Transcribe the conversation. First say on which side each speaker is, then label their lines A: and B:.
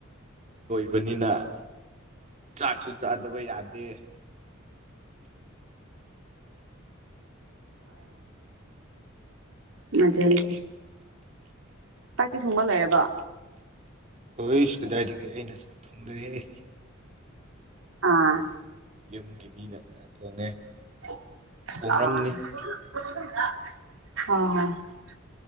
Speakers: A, on the right; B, on the right.
A: ꯕꯅꯤꯅ ꯆꯥꯛꯁꯨ ꯆꯥꯗꯕ ꯌꯥꯗꯦ
B: ꯍꯣꯏ ꯑꯗꯨꯅꯤ ꯆꯥꯛꯇꯤ ꯊꯣꯡꯕ ꯂꯣꯏꯔꯕꯣ
A: ꯑꯩꯁ ꯀꯗꯥꯏꯗꯒꯤ ꯑꯩꯅ ꯆꯥꯛ ꯊꯣꯡꯗꯌꯦ
B: ꯑꯥ
A: ꯌꯨꯝꯒꯤ ꯃꯤꯅ ꯆꯥꯛ ꯊꯣꯡꯉꯦ
B: ꯑꯥ
A: ꯊꯣꯡꯔꯝꯅꯤ
B: ꯍ ꯍ